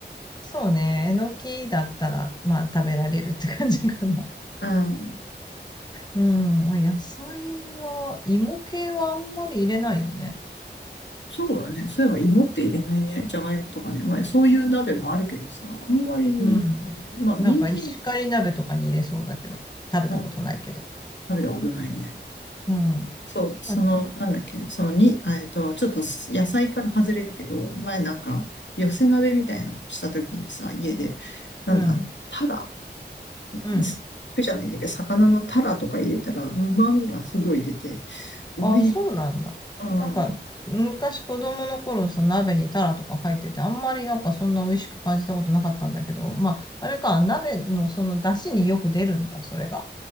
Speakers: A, on the left; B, on the left.
A: そうね、えのきだったら、まあ食べられるって感じかな。
B: うん。
A: うん、うん野菜は、芋系はあんまり入れないよね。
B: そうだね。そういえば芋って入れないね。じゃがいもとかね。まあ、そういう鍋もあるけどさ、あんまり入れないね。
A: うん。
B: まあ、人参、
A: なんか石狩鍋とかに入れそうだけど、食べたことないけど。
B: うん、食べたことないね。
A: うん。
B: そう、その、
A: あ、
B: なんだっけ、そのに、あえっと、ちょっとす野菜から外れるけど、前なんか、寄せ鍋みたいなのした時にさ、家で、なんだ、
A: うん、
B: タラ肉じゃないんだけど、
A: うん。
B: 魚のタラとか入れたら、旨味がすごい出て、うめえ、
A: あ、そうなんだ。
B: うん、
A: なんか、昔子供の頃、その鍋にタラとか入ってて、あんまりなんかそんな美味しく感じたことなかったんだけど、まあ、あれか、鍋のその出汁によく出るんだ、それが。